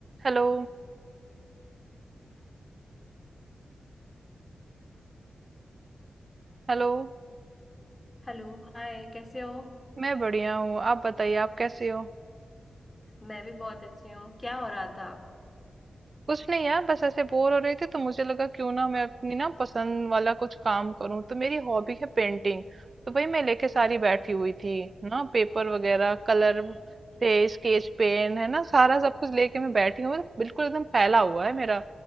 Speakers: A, on the right (about 50°); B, on the left (about 25°).
A: हेलो हेलो
B: हेलो हाय कैसे हो
A: मैं बढ़िया हूँ आप बताइए आप कैसे हो
B: मैं भी बहुत अच्छी हूँ क्या हो रहा था
A: कुछ नहीं यार बस ऐसे बोर हो रही थी तो मुझे लगा क्यों ना मैं अपनी ना पसंद वाला कुछ काम करूं तो मेरी हॉबी है पेंटिंग तो वही मैं लेके सारी बैठी हुई थी ना पेपर वगैरह कलर थे स्केच पेन है ना सारा सब कुछ लेके मैं बैठी हूँ बिल्कुल एकदम फैला हुआ है मेरा